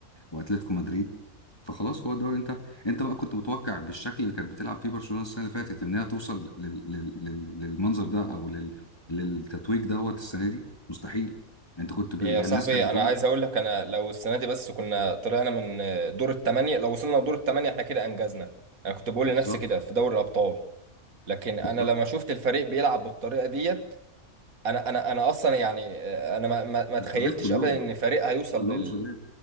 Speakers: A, on the left; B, on the right.
A: واتلتيكو مدريد فخلاص هو الدوري انت انت بقى كنت متوقع بالشكل اللي كانت بتلعب فيه برشلونه السنه اللي فاتت ان هي توصل لل... لل... لل... للمنظر ده او لل... للتتويج دوت السنه دي مستحيل انت كنت ب...
B: إيه
A: يعني
B: يا صاحبي
A: الناس كانت بتقول
B: انا عايز اقول لك انا لو السنه دي بس كنا طلعنا من دور الثمانيه لو وصلنا لدور الثمانيه احنا كده انجزنا انا كنت بقول لنفسي
A: بالظبط
B: كده في دوري الابطال لكن انا
A: بالظبط
B: لما شفت الفريق بيلعب بالطريقه ديت انا انا انا اصلا يعني آه، انا ما ما ما
A: وشباب
B: تخيلتش
A: كلهم
B: ابدا ان فريق هيوصل
A: كلهم
B: لل...
A: شباب